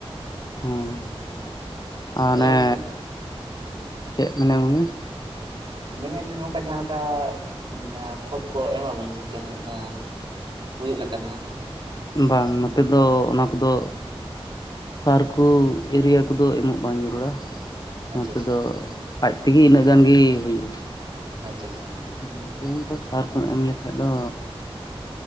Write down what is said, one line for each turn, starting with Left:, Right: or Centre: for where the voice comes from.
Left: ᱦᱮᱸ
Right: ᱦᱮᱸ ᱟᱫᱚ
Left: ᱟᱨ ᱚᱱᱮ
Right: ᱱᱚᱜᱝᱠᱟ ᱦᱮᱸ
Left: ᱪᱮᱫ ᱢᱮᱱᱟ ᱜᱚᱝᱠᱮ
Right: ᱢᱮᱱᱮᱫ ᱞᱤᱧ ᱱᱚᱝᱠᱟ ᱡᱟᱦᱟᱸ ᱞᱮᱠᱟ ᱡᱟᱦᱟᱸ ᱠᱷᱚᱛ ᱠᱚ ᱮᱢᱟᱵᱚᱱ ᱥᱮ ᱡᱟᱦᱟᱸ ᱦᱩᱭᱩᱜ ᱞᱮᱠᱟᱱᱟᱜ
Left: ᱵᱟᱝ ᱱᱚᱛᱮ ᱫᱚ ᱚᱱᱟ ᱠᱚᱫᱚ ᱥᱟᱨ ᱠᱚ ᱣᱩᱨᱤᱭᱟ ᱠᱚᱫᱚ ᱮᱢᱚᱜ ᱵᱟᱝ ᱡᱟᱹᱨᱩᱲᱟ
Right: ᱟᱪᱪᱷᱟ
Left: ᱱᱚᱛᱮ
Right: ᱟᱪᱪᱷᱟ
Left: ᱫᱚ ᱟᱡ ᱛᱮᱜᱮ ᱤᱱᱟᱹᱜ ᱜᱟᱱᱜᱮ ᱦᱩᱭᱩᱜᱼᱟ᱾
Right: ᱟᱪᱪᱷᱟ ᱟᱪᱪᱷᱟ
Left: ᱟᱨ ᱱᱚᱛᱮ ᱚᱱᱠᱚ ᱥᱟᱨᱠᱩᱢ ᱮᱢ ᱞᱮᱠᱷᱟᱡ ᱫᱚ